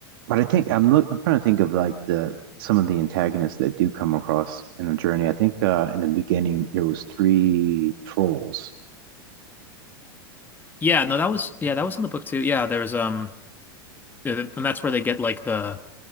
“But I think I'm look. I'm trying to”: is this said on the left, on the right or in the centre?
Right